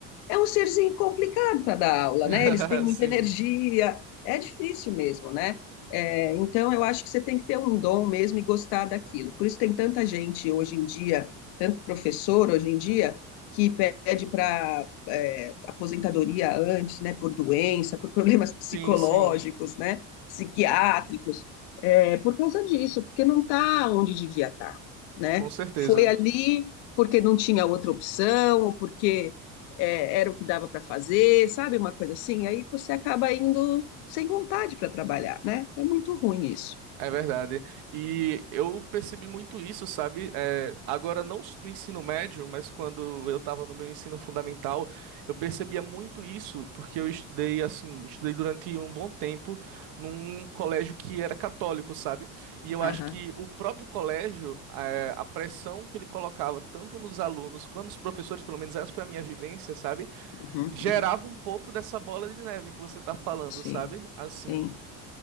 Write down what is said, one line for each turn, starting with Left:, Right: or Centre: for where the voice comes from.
Left: é um serzinho complicado para dar aula,
Right: <laughs>
Left: né? Eles têm muita
Right: Sim,
Left: energia, é difícil mesmo, né? É, então eu acho que você tem que ter um dom mesmo e gostar daquilo. Por isso tem tanta gente hoje em dia, tanto professor hoje em dia que pede para é, aposentadoria antes, né, por doença, por problemas <laughs> psicológicos,
Right: sim, sim,
Left: né, psiquiátricos, é, por causa disso, porque não está onde devia estar, tá, né?
Right: com certeza.
Left: Foi ali porque não tinha outra opção, ou porque é, era o que dava para fazer, sabe, uma coisa assim. Aí você acaba indo sem vontade para trabalhar, né? É muito ruim isso.
Right: É verdade. E eu percebi muito isso, sabe? É, agora, não s- no ensino médio, mas quando eu estava no meu ensino fundamental, eu percebia muito isso, porque eu estudei, assim, estudei durante um bom tempo num colégio que era católico, sabe? E eu
Left: Aham,
Right: acho que o próprio colégio, é, a pressão que ele colocava tanto nos alunos quanto nos professores, pelo menos essa foi a minha vivência, sabe?
Left: uhum,
Right: gerava
Left: uhum,
Right: um pouco dessa bola de neve que você tá falando,
Left: sim,
Right: sabe? Assim.
Left: sim.